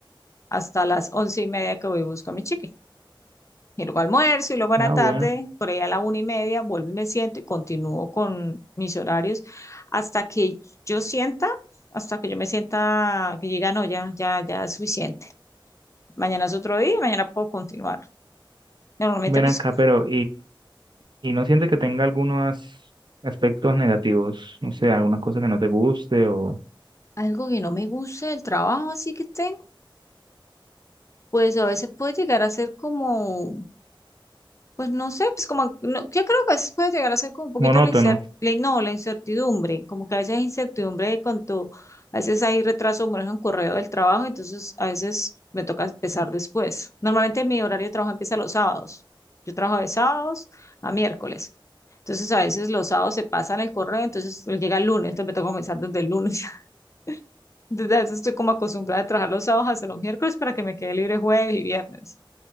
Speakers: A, on the left; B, on the right.
A: hasta las once y media que voy y busco a mi chiqui. Y luego almuerzo y luego a la
B: ah,
A: tarde,
B: bueno,
A: por ahí a la una y media, vuelvo y me siento y continúo con mis horarios hasta que yo sienta, hasta que yo me sienta que llega, no, ya, ya, ya es suficiente. Mañana es otro día, mañana puedo continuar. Normalmente,
B: ven
A: pues,
B: acá, pero, Y no siente que tenga algunos aspectos negativos, no sé, alguna cosa que no te guste o
A: algo que no me gusta del trabajo, así que tengo pues a veces puede llegar a ser como, pues no sé, pues como, no, yo creo que a veces puede llegar a ser como un poquito
B: monótono.
A: la incertidumbre, no, la incertidumbre, como que a veces hay incertidumbre de cuanto, a veces hay retraso, bueno ejemplo, un correo del trabajo, entonces a veces me toca empezar después. Normalmente mi horario de trabajo empieza los sábados. Yo trabajo de sábados a miércoles. Entonces a veces los sábados se pasan el correo, entonces llega el lunes, entonces me toca comenzar desde el lunes. <laughs> Entonces a veces estoy como acostumbrada a trabajar los sábados hasta los miércoles para que me quede libre jueves y viernes